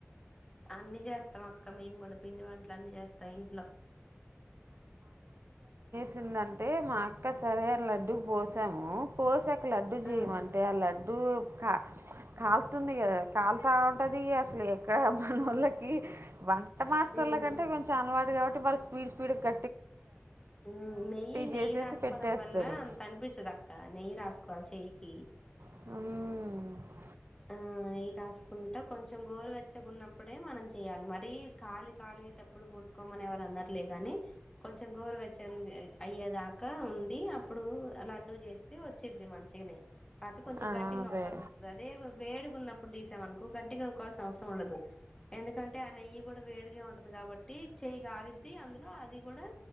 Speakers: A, on the left (about 15°); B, on the right (about 60°).
A: అన్ని చేస్తాం అక్క మేం కూడా పిండి వంటలు అన్నీ చేస్తా ఇంట్లో
B: తిందంటే మా అక్క సరే అని లడ్డూ పోసాము పోసాక లడ్డు చేయమంటే
A: ఉమ్
B: ఆ లడ్డూ కా కాలుతుంది కదా కాలుతా ఉంటది అసలు ఎక్కడ మనోళ్ళకి వం ట మాస్టర్లకంటే
A: ఉమ్
B: కొంచెం అలవాటు కాబ టే వాళ్ళ స్పీడ్స్ పిడుగ్గ
A: ఊ నెయ్యి నెయ్యి
B: చేసేసి
A: రాసుకోవడం
B: పెట్టేస్తారు
A: వల్ల అంత అన్పిచ్చదక్క నెయ్యి రాస్ కోవాల చెయ్యికి
B: అం
A: ఆ నెయ్యి రాసుకుంటా కొంచెం గోరువెచ్చగున్న ప్పుడే మనం చెయ్యాలి మరీ కాలి కాలేటప్పుడు ముట్టుకోమని ఎవరు అనరులే గనీ కొంచెం గోరువెచ్చన్ది అయ్యేదాకా ఉండి అప్పుడు లడ్డూ చేస్తే వచ్చిద్ది మంచిగనే కాతే కొంచెం
B: ఆ,
A: గట్టిగా
B: అదే
A: నొక్కాల్సొస్తుది అదే గొ వేడిగున్నప్పుడు తీసాం అనుకో గట్టిగా అనుకోవాల్సిన అవసరం ఉండదు ఎందుకంటే ఆ నెయ్యి కూడా వేడిగా ఉంటది కాబట్టి చెయ్యి కాలిద్ది అందులో అది కూడా